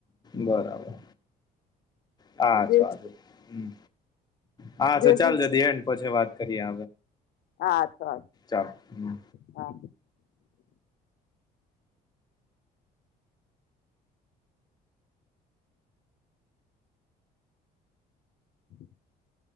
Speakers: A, on the left; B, on the left.
A: બરાબર હાચું
B: જે
A: હા
B: જે
A: તો
B: શું
A: ચાલ જ દ હેડ પછી વાત કરીએ
B: હા ચાલ
A: ચાલ હમ
B: હા <inaudible> <unintelligible>